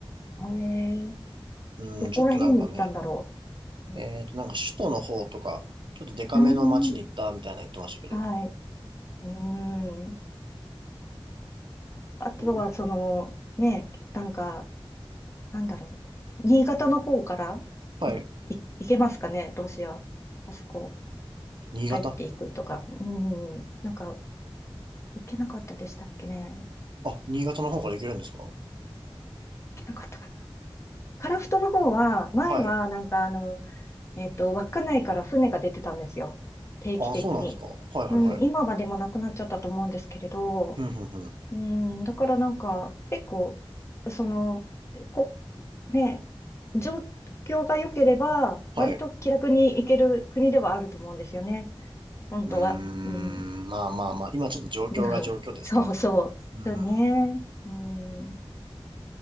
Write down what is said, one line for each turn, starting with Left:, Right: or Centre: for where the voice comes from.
Left: えー、
Right: うん、
Left: どこら辺に行ったんだろ
Right: ちょっとなんかね、
Left: う。うん。
Right: えっと、なんか首都の方とか、ちょっとデカめの街に行ったみたいなの言ってましたけど、
Left: うんはい。うーん。あとは、
Right: どっ
Left: その、ね、なんか、なんだろう。新潟の方からい、
Right: はい。
Left: い、行けますかね、ロシア。あそこ、
Right: 新潟。
Left: 入っていくとか。うーん。なんか、行けなかったでしたっけね。行
Right: あ、新潟の方から行けるんですか
Left: けなかったかな。樺太の方は、前は、
Right: はい。
Left: なんか、あの、えっと、稚内から船が出てたんですよ。定期的に。
Right: あ、そうなんですか。はいはいはい。
Left: うん、今はでもなくなっちゃったと思うんですけれど、
Right: ふんふんふん。
Left: うん、だからなんか、結構、その、こ、ね、状況が良ければ、
Right: はい。
Left: 割と気楽に行ける国ではあると思うんですよね。本当は。
Right: うーん。
Left: うん。
Right: まあまあまあ。今ちょっと状況が状況ですからね。
Left: <laughs> うんそうそう。
Right: うん。
Left: そうね。うん。